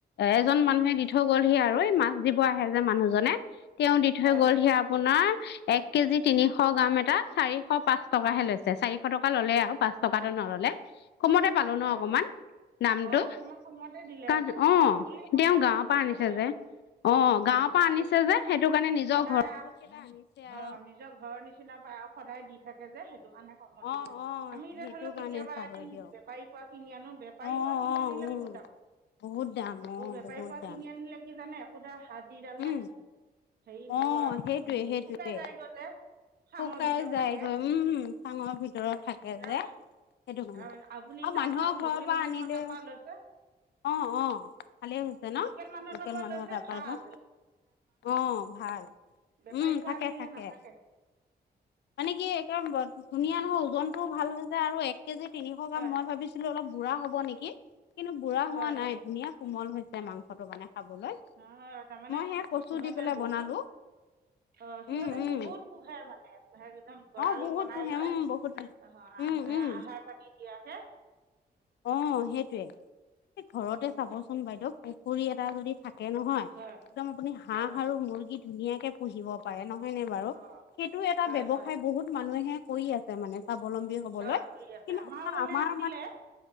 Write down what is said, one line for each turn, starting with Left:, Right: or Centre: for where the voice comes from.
Left: এজন মানুহে দি দি থৈ গ'লহি আৰু এই মাছ দিব আহে যে মানুহজনে তেওঁ দি থৈ
Right: হয়
Left: গ'লহি
Right: হয়
Left: আপোনাৰ এক কেজি তিনিশ গ্ৰাম এটা, চাৰিশ পাঁচ টকাহে
Right: হয়
Left: লৈছে চাৰি এশ টকা ললে আৰু পাঁচ টকাটো নল'লে, কমতে পালো ন
Right: হয়
Left: অকমান।
Right: হয়
Left: দামটো,
Right: অঁ অকণমান কমতে দিলে
Left: কাৰন
Right: হে
Left: অ'
Right: ঘৰৰ বুলি কমতে
Left: তেওঁ গাঁৱৰ
Right: দিছে
Left: পৰা আনিছে
Right: চাগে
Left: যে।
Right: আৰু
Left: অ' গাঁৱৰ
Right: অঁ
Left: পৰা
Right: এতিয়া
Left: আনিছে যে সেইটো কাৰণে নিজৰ
Right: সদায়
Left: ঘৰত কেইটা আনিছে আৰু।
Right: অঁ নিজৰ <unintelligible> সদায় দি থাকে যে সেইটো কাৰণে কমত
Left: অ
Right: দিছে
Left: অ
Right: আমি এতিয়া
Left: সেইটো
Right: ধৰি লওক
Left: কাৰণে
Right: কেতিয়াবা
Left: চাগৈ
Right: এদিন
Left: দিয়ক
Right: বেপাৰীৰ পৰা কিনি আনো বেপাৰীৰ
Left: অ
Right: পৰা কিনি
Left: অ
Right: আনিলে
Left: উম
Right: বহুত দাম।
Left: বহুত দাম
Right: আকৌ
Left: অ
Right: বেপাৰী
Left: বহুত
Right: পৰা
Left: দাম
Right: কিনি আনিলে কি জানে পুডা হাড্ডিদাল
Left: উম
Right: হে থাকে, হেৰি
Left: অ
Right: লয়াম
Left: সেইটোৱে সেইটোৱে
Right: শুকাই যাইগৈ যে। খাঙৰ
Left: শুকাই
Right: ভিতৰত
Left: যায়গৈ
Right: থাকে
Left: উম চাঙৰ ভিতৰত থাকে
Right: এতিয়া
Left: যে সেইটো কাৰণে।
Right: আ-
Left: আৰু
Right: আপুনি
Left: মানুহৰ
Right: তাৰপৰা
Left: ঘৰৰ
Right: লোকেল
Left: পৰা
Right: মানুহৰ
Left: আনিলেও
Right: তাৰপৰা লৈছে
Left: অ -অ ভালেই হৈছে ন
Right: লোকেল মানুহ
Left: লোকেল
Right: তাৰপৰা
Left: মানুহৰ
Right: লৈছে
Left: <unintelligible>
Right: ভাল
Left: অ। ভাল।
Right: বেপাৰী
Left: উম
Right: পৰা
Left: থাকে
Right: আনিলে
Left: থাকে
Right: নাথাকে।
Left: মানে কি একেম্বত ধুনীয়া নহয় ওজনটোও ভাল হয় যে আৰু এ কেজি তিনিশ গাম
Right: হয়
Left: মই ভাবিছিলো অলপ বুঢ়া হব নেকি কিন্তু বুঢ়া হোৱা
Right: হয়
Left: নাই
Right: হয়
Left: ধুনীয়া কোমল হৈ মাংসটো মানে খাবলৈ
Right: নহয়, তাৰমানে
Left: মই সে কচু
Right: সিহঁতে
Left: দি পেলাই
Right: বহুত
Left: বনালো।
Right: অ' সিহঁতে
Left: উম উম
Right: বহুত পোহে মানে। একদম গঁৰাল
Left: অ বহুত
Right: বনাই
Left: পোহে
Right: লৈ
Left: উম বহুত
Right: আহ
Left: উম উম
Right: আহাৰ পানী দিয়াকে
Left: অ' সেইটয়ে ঘৰতে
Right: উম,
Left: চাবচোন বাইদেউ পুখুৰী এটা যদি থাকে নহয় একদম
Right: হয়
Left: আপুনি হাঁহ
Right: হয়
Left: আৰু মুৰ্গী ধুনীয়াকে পুহিব পাৰে নহ হয় নে বাৰু
Right: অঁ
Left: সেইটো এটা
Right: হয়
Left: ব্যয়সায়
Right: হয়
Left: বহুত মানুহে কৰি আছে মানে স্বাৱলম্বী হবলৈ।
Right: হয়, কৰি আছে
Left: কিন্তু
Right: আমাৰও
Left: আপোনাৰ
Right: মানে
Left: আমাৰ
Right: আছিলে